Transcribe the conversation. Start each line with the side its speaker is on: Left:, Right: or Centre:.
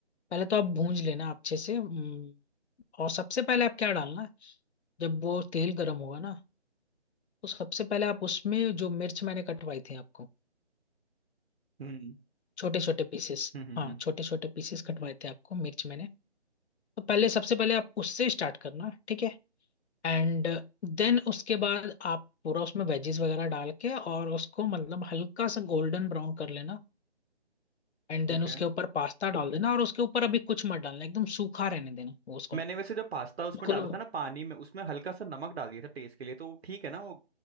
Left: पहले तो आप भूंज लेना अच्छे से हम्म, और सबसे पहले आप क्या डालना है जब वो तेल गर्म होगा ना तो सबसे पहले आप उसमें जो मिर्च मैंने कटवाई थी आपको
Right: हम्म
Left: छोटे छोटे पीसेस
Right: हम्म हम्म
Left: हाँ
Right: हम्म,
Left: छोटे छोटे पीसेस कटवाए थे आपको मिर्च मैंने तो पहले सबसे पहले आप उससे स्टार्ट करना ठीक है एंड देन उसके बाद आप पूरा उसमें वेजीज वगैरह डाल के और उसको मतलब हल्का सा गोल्डन ब्राउन कर लेना एंड
Right: ठीक
Left: देन उसके
Right: है
Left: ऊपर पास्ता डाल देना और उसके ऊपर अभी कुछ मत डालना एकदम सूखा रहने देना वो उसको
Right: मैंने वैसे जो पास्ता
Left: बिल्कुल
Right: उसमें डाला था ना पानी में उसमें हल्का सा नमक डाल दिया था टेस्ट के लिए तो ठीक है ना वो